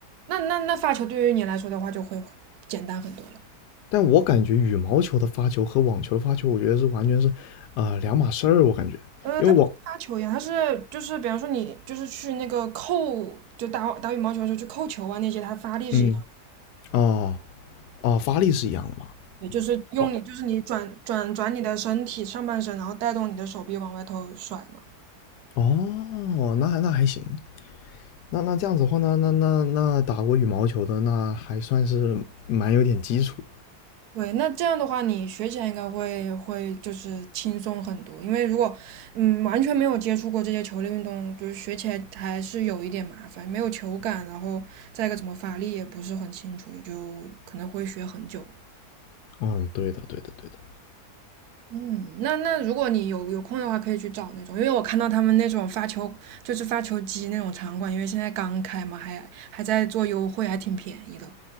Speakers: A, on the right; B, on the left.
A: 那那那发球对于你来说的话就会简单很多了。
B: 但我感觉羽毛球的发球和网球的发球，我觉得是完全是呃两码事儿，我感觉，
A: 呃，
B: 因为网
A: 它不是杀球一样，它是就是比方说你就是去那个扣，就打打羽毛球的时候去扣球啊那些，它发力是一样
B: 嗯哦哦发力是一样的嘛。
A: 也就是用你就是你转转转你的身体上半身，
B: 哦，
A: 然后带动你的手臂往外头甩嘛。
B: 哦，那还那还行，那那这样子的话，那那那那打过羽毛球的，那还算是蛮有点基础。
A: 对，那这样的话，你学起来应该会会就是轻松很多，因为如果嗯完全没有接触过这些球类运动，就是学起来还是有一点麻烦，没有球感，然后再一个怎么发力也不是很清楚，就可能会学很久。
B: 嗯，对的，对的，对的。
A: 嗯，那那如果你有有空的话，可以去找那种，因为我看到他们那种发球，就是发球机那种场馆，因为现在刚开嘛，还还在做优惠，还挺便宜的。